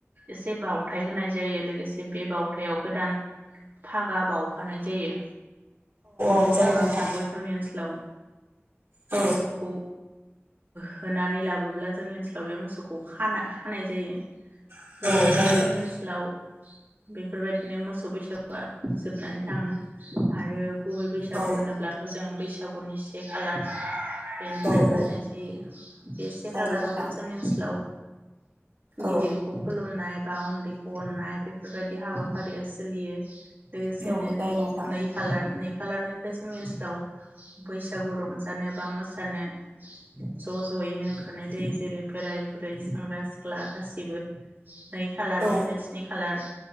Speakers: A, on the right; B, on the right.
A: एसे बावथाय होनाय जायो लोगोसे जे बे बावथायाव गोदान फागा बाव हखानाय जायो। बे
B: औ जायो
A: फागाखौबो
B: नोंथां
A: जोंनि ओनसोलाव
B: औ
A: मोसौखौ होनानै लाबोब्ला जोंनि ओनसोलाव बे मोसौखौ ख खानाय जायो।
B: औ
A: लोगोसेनो
B: जायो
A: जोंनि ओनसोलाव बेफोरबायदिनो मोसौ बैसागुआ जोबनानै थाङो आरो। गुबै बैसागु
B: औ
A: होनोब्लाथ' जों बैसागु थागौनि <inaudible> बेनिफ्राय
B: औ
A: फालिनाय
B: औ
A: जायो। <inaudible> बे से
B: जायो
A: खालारावबो
B: नोंथां
A: जोंनि ओनसोलाव गिदिरखौ
B: औ
A: खुलुमनाय बा उन्दैखौ अननाय बेफोरबायदि हाबाफारिया सोलियो। लोगोसेनो
B: औ जायो नोंथां
A: नै खालार नै खालारनिफ्राय जोंनि ओनसोलाव बै बैसागु रंजानो बा मोसानो ज' ज'यैनो ओंखारनाय जायो जेरै बोराइ बुरै सेंग्रा सिख्ला गासैबो नै खालारनिफ्राय
B: औ
A: स्नि खालार